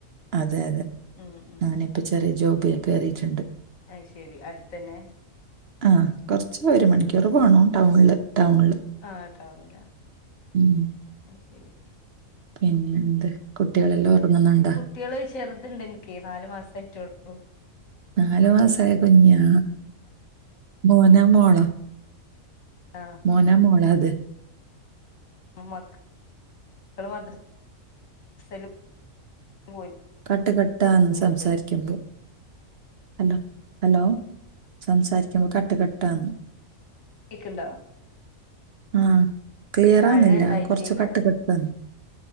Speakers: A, on the right; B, on the left.
A: അതെ അതെ
B: ഉം ഉം
A: ഞാനിപ്പോ ചെറിയ ജോബില്കേയറിയിട്ടുണ്ട്
B: അയ് ശരി അടുത്തന്നെ
A: ആ കുറച്ച് ഒരു മണിക്കൂർ പോണം ടൗണില് ടൗണില്
B: ആ ടൗണിലാ
A: ഉം
B: ആഹ് ശരി
A: പിന്നെന്ത് കുട്ടികളെല്ലാം
B: എന്നിട്ട്
A: ഉറങ്ങുന്നുണ്ടാ
B: കുട്ടികൾ ചെറുതുണ്ട് എനിക്ക് നാലുമാസമായിട്ടൂള്ളൂ
A: നാലു മാസായ കുഞ്ഞാ മോനോ മോളോ
B: ആഹ്
A: മോ നോ മോള അത്
B: മക്കള് മദ്ദ്രസയില് പോയി
A: കട്ട് കട്ടാന്ന്
B: മറ്റോല്
A: സംസാരിക്കുമ്പോ ഹലോ ഹലോ സംസാരിക്കുമ്പോ കട്ട്കെട്ടാന്ന്
B: കേൾക്കണ്ടോ
A: ആഹ് ക്ലിയറാന്നില്ല
B: മഴ ഉണ്ടായിട്ടേക്കാരം
A: കൊറച്ചു കട്ട് കെട്ടന്നു